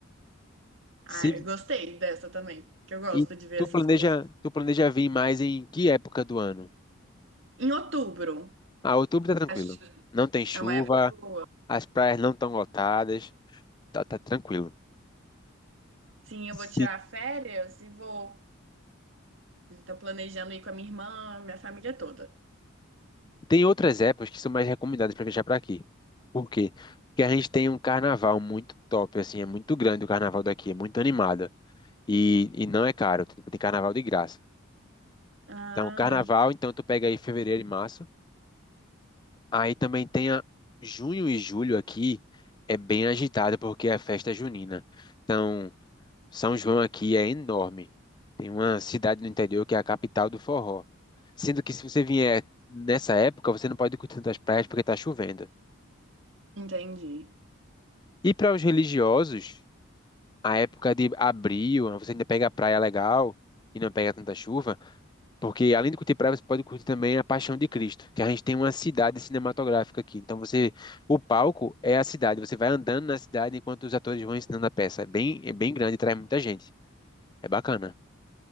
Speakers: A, on the right; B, on the left.
A: Ah,
B: Se,
A: eu gostei dessa também, que eu gosto
B: e
A: de ver
B: tu
A: essas
B: planeja,
A: coisas.
B: tu planeja vir mais em que época do ano?
A: Em outubro,
B: Ah, outubro tá tranquilo.
A: acho que
B: Não tem chuva,
A: é uma época boa.
B: as praias não estão lotadas, tá, tá tranquilo.
A: Sim, eu
B: Se,
A: vou tirar férias e vou. Estou planejando ir com a minha irmã, minha família toda.
B: tem outras épocas que são mais recomendadas para viajar para aqui. Por quê? Porque a gente tem um carnaval muito top, assim, é muito grande o carnaval daqui, é muito animado. E, e não é caro, tipo, tem carnaval de graça.
A: Ah,
B: Então, carnaval, então tu pega aí fevereiro e março. Aí também tem a junho e julho aqui, é bem agitado porque é a festa junina. Então, São João aqui é enorme. Tem uma cidade no interior que é a capital do forró. Sendo que se você vier nessa época, você não pode curtir tantas praias porque tá chovendo.
A: entendi.
B: E para os religiosos, a época de abril, você ainda pega a praia legal e não pega tanta chuva. Porque além de curtir praia, você pode curtir também a Paixão de Cristo, que a gente tem uma cidade cinematográfica aqui. Então você, o palco é a cidade, você vai andando na cidade enquanto os atores vão ensinando a peça. É bem, é bem grande, traz muita gente. É bacana.